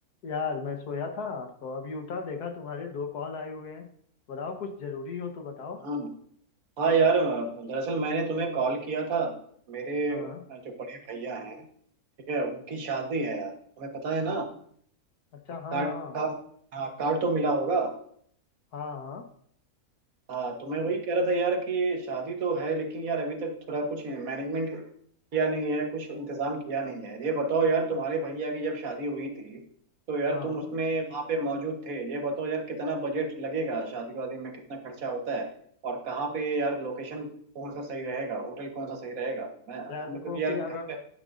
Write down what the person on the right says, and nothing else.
हाँ हाँ यार दरअसल मैंने तुम्हें कॉल किया था मेरे
जो बड़े भैया हैं ठीक है उनकी शादी है यार तुम्हें पता है ना
कार्ड
का हाँ कार्ड तो मिला होगा
हाँ तो मैं वही कह रहा था यार कि शादी तो है लेकिन यार अभी तक थोड़ा कुछ मैनेजमेंट किया नहीं है कुछ इंतजाम किया नहीं है ये बताओ यार तुम्हारे भैया की जब शादी हुई थी तो यार
तुम उसमें वहाँ पे मौजूद थे ये बताओ यार कितना बजट लगेगा शादी वादी में कितना खर्चा होता है और कहाँ पे यार लोकेशन कौन सा सही रहेगा होटल कौन सा सही रहेगा मैं
हम
लोग क्योंकि यार
घर
पे